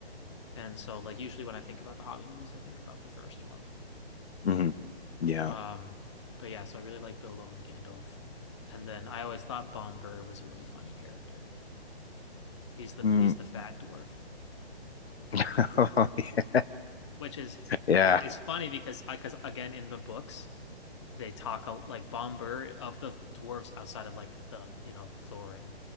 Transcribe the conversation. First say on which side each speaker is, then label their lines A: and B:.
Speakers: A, on the left; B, on the left.
A: And so like usually when I think about the Hobbit movies, I think about the first one.
B: hmm Yeah.
A: Um, but yeah, so I really like Bilbo and Gandalf. And then I always thought Bomber was a really funny character. He's the
B: Mm.
A: he's the fat dwarf,
B: <laughs>
A: which is
B: Yeah.
A: It's funny because I because again in the books they talk a, like Bombur of the dwarves outside of like the you know Thorin.